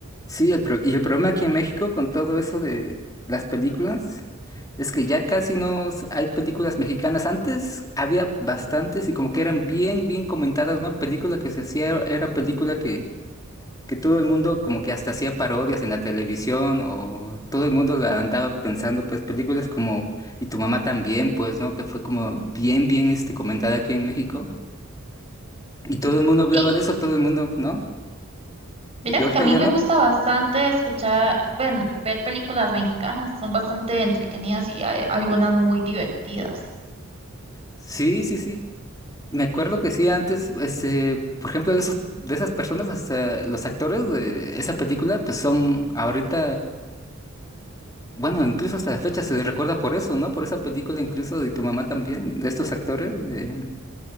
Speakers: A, on the left; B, on the right.
A: Sí, el pro- y el problema aquí en México con todo eso de las películas es que ya casi no s- hay películas mexicanas. Antes había bastantes y como que eran bien, bien comentadas, ¿no? Película que se hacía, era película que, que todo el mundo como que hasta hacía parodias en la televisión o todo el mundo la andaba pensando, pues películas como Y tu mamá también, pues, ¿no? Que fue como bien, bien este, comentada aquí en México. Y todo el mundo hablaba
B: Sí,
A: de eso, todo el mundo, ¿no?
B: verás
A: Y ahorita
B: que a mí
A: ya
B: me
A: no.
B: gusta bastante escuchar, bueno, ver películas mexicanas, son bastante entretenidas y hay algunas muy divertidas.
A: Sí, sí, sí. Me acuerdo que sí, antes, este, por ejemplo, de esos, de esas personas, hasta los actores de esa película, pues son ahorita, bueno, incluso hasta la fecha se les recuerda por eso, ¿no? Por esa película, incluso, y tu mamá también, de estos actores de...